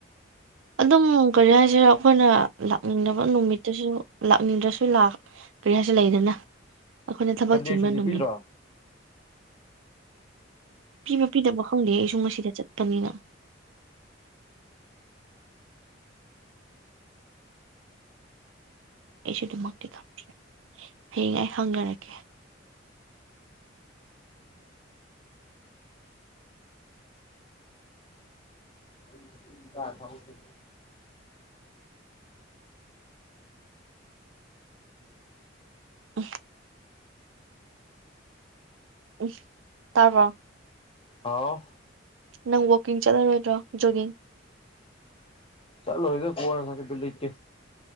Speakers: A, on the right; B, on the left.
A: ꯑꯗꯨꯝ ꯀꯔꯤ ꯍꯥꯏꯁꯤꯦ ꯑꯩꯈꯣꯏꯅ ꯂꯥꯛꯅꯤꯡꯗꯕ ꯅꯨꯃꯤꯠꯇꯁꯨ ꯂꯥꯛꯅꯤꯡꯗ꯭ꯔꯁꯨ ꯀꯔꯤ ꯍꯥꯏꯁꯤꯦ ꯂꯩꯗꯅ ꯑꯩꯈꯣꯏꯅ ꯊꯕꯛ
B: ꯁꯟꯗꯦ
A: ꯆꯤꯟꯕ
B: ꯁꯨꯖꯤ
A: ꯅꯨꯃꯤꯠ
B: ꯄꯤꯖꯔꯥ
A: ꯄꯤꯕ ꯄꯤꯗꯕ ꯈꯪꯗꯦ ꯑꯩꯁꯨ ꯉꯁꯤꯗ ꯆꯠꯄꯅꯤꯅ ꯑꯩꯁꯨ ꯑꯗꯨꯃꯛꯇꯤ ꯈꯪꯗ꯭ꯔꯦ ꯍꯌꯦꯡ ꯑꯩ ꯍꯪꯅꯔꯛꯀꯦ
B: ꯑꯩꯗ ꯊꯕꯁ
A: ꯎꯝ ꯎ ꯇꯥꯔꯕꯣ
B: ꯑꯥꯎ
A: ꯅꯪ ꯋꯀꯤꯡ ꯆꯠꯂꯔꯣꯏꯗ꯭ꯔꯣ ꯖꯣꯒꯤꯡ
B: ꯆꯂꯣꯗ ꯀꯔꯁꯦ ꯄꯤꯂ ꯏꯇꯦ